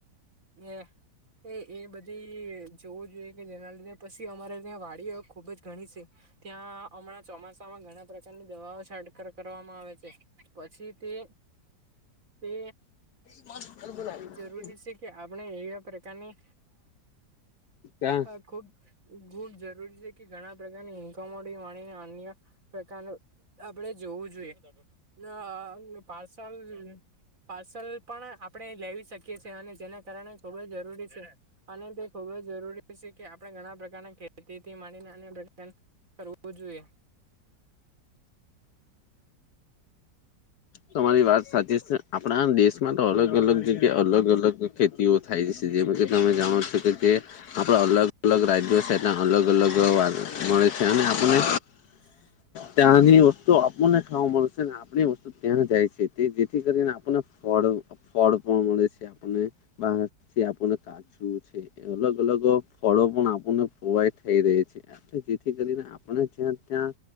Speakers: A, on the right (about 45°); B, on the left (about 70°).
A: <inaudible> એ એ બધી જોવું જોઈએ કે જેના લીધે પછી અમારે ત્યાં વાડીઓ ખુબ જ ઘણી છે. ત્યાં હમણાં ચોમાસામાં ઘણા પ્રકારની દવાઓ છાટક કરવામાં આવે છે. પછી તે તે
B: <inaudible>
A: રી છે કે આપણે એવા પ્રકારની.
B: ક્યા?
A: આ ખુબ ખૂબ જરૂરી છે, કે ઘણા પ્રકારની ઇન્કમોડી માણીને અન્ય પ્રકારનું. આપડે જોવું જોઈએ. અ પાર્સલ પાર્સલ પણ આપણે લેવી શકીએ છેએ અને જેના કારણે ખુબ જ જરૂરી છે. અને તે ખુબ જ જરૂરી છે, કે આપણે ઘણા પ્રકારના ખેતીથી માંડીને અને પ્રકાર કરવુ જોઈએ.
B: તમારી વાત સાચી છે, આપણા દેશ મા તો અલગ અલગ જગ્યા અલગ અલગ ખેતીઓ થાય છે, જેમાં કે તમે જાણો છો કે તે આપણા અલગ અલગ રાજ્યો છે, એ અલગ અલગ મળે છે અને આપને
A: <inaudible>
B: ત્યાંની વસ્તુ આપણને ખાવા મળશે ને આપણી વસ ત્યાં જાય છે, તે જેથી કરીને આપણને ફળ ફળ પણ મળે છે. બાથી આપણને કાચું છે, અલગ અલગ ફળો પણ આપ પ્રોવાઈડ થઈ રહી છે, જેથી કરીને આપણે જ્યાં ત્યાં